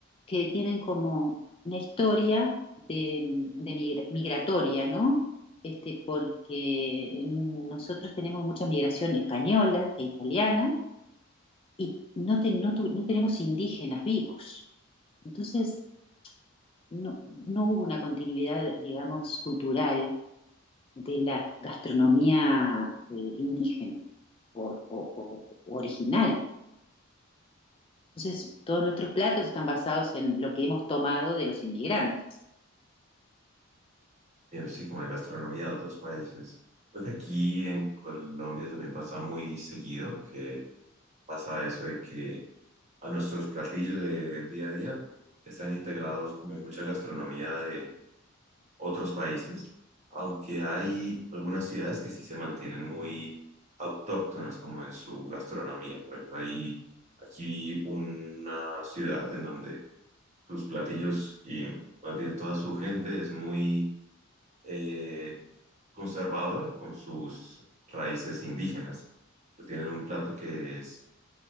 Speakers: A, on the left; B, on the right.
A: que tienen como una historia de, de migra- migratoria, ¿no? Este, porque nosotros tenemos mucha migración española e italiana y no, te- no tu- no tenemos indígenas vivos. Entonces, no, no hubo una continuidad, digamos, cultural de la gastronomía eh, indígena o, o- o- o original. Entonces, todos nuestros platos están basados en lo que hemos tomado de los inmigrantes.
B: Viendo así como la gastronomía de otros países. Creo que aquí en Colombia también pasa muy seguido que pasa eso de que a nuestros platillos de día a día que están integrados como mucha gastronomía de otros países, aunque hay algunas ciudades que sí se mantienen muy autóctonas como en su gastronomía. Por ejemplo, hay aquí una ciudad en donde sus platillos y más bien toda su gente es muy eh, conservadora con sus raíces indígenas. Tienen un plato que es,